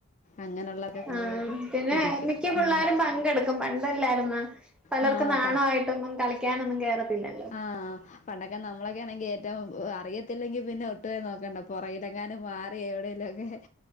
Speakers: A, on the left (about 35°); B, in the centre.
A: അങ്ങനെയുള്ളതൊക്കെ കണ്ടോണ്ട്
B: ആഹ് പിന്നെ
A: ഇരിക്കും
B: മിക്ക പിള്ളാരും
A: ഉം
B: പങ്കെടുക്കും പണ്ടല്ലായിരുന്നാ പലർക്കും
A: ആ
B: നാണമായിട്ടൊന്നും
A: പ
B: കളിക്കാനൊന്നും കേറത്തില്ലല്ലോ.
A: ആ പണ്ടൊക്കെ നമ്മളൊക്കെ ആണെങ്കിൽ ഏറ്റവും അറിയത്തില്ലെങ്കി പിന്നെ ഒട്ടുമേ നോക്കണ്ട പുറകിലെങ്ങാനും മാറി എവിടെങ്കലും ഒക്കെ